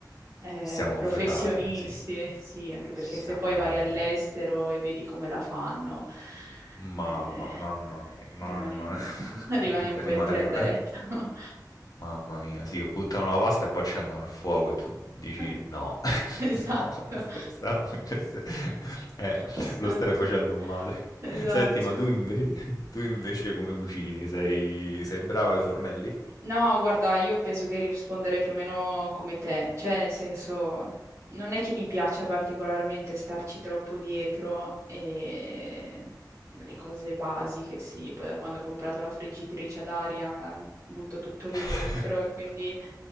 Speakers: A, on the right; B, on the left.
A: eh,
B: siamo
A: professionisti,
B: ferrati, sì,
A: sì, anche perché
B: se
A: se
B: ha
A: poi
B: voglia.
A: vai all'estero e vedi come la fanno,
B: Mamma
A: eh,
B: mamma mia,
A: rimani,
B: mamma <laughs>
A: <laughs> rimani un po'
B: rima
A: interdetto.
B: rim
A: <laughs>
B: mamma mia, sì, buttano la pasta e poi accendono il fuoco e tu dici:
A: <laughs>
B: "No, <laughs>
A: Esatto,
B: no, se sa se eh,
A: esatto,
B: lo stai facendo male".
A: esatto.
B: Senti, ma tu invece <laughs> tu invece come cucini? Sei sei brava ai fornelli?
A: No, guarda, io penso che risponderei più o meno come te, cioè nel senso, non è che mi piaccia particolarmente starci troppo dietro e le cose basiche, sì, poi da quando ho comprato la friggitrice ad aria butto tutto lì
B: <laughs>
A: dentro e quindi